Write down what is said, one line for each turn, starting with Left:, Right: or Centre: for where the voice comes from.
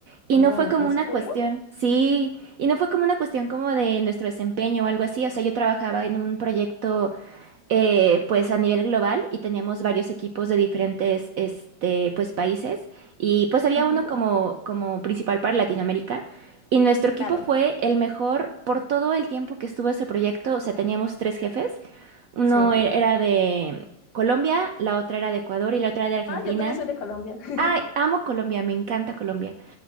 Right: y
Left: Ah,
Right: no fue como
Left: ¿en
Right: una
Left: serio?
Right: cuestión, sí, y no fue como una cuestión como de nuestro desempeño o algo así, o sea, yo trabajaba en un proyecto eh, pues a nivel global y teníamos varios equipos de diferentes este, pues, países y pues había
Left: Ujú,
Right: uno como, como principal para Latinoamérica y nuestro equipo
Left: claro.
Right: fue el mejor por todo el tiempo que estuvo ese proyecto, o sea, teníamos tres jefes, uno
Left: Sí.
Right: e- era de Colombia, la otra era de Ecuador y la otra era de Argentina.
Left: Ah, yo todavía soy de Colombia. <laughs>
Right: Ay, amo Colombia, me encanta Colombia.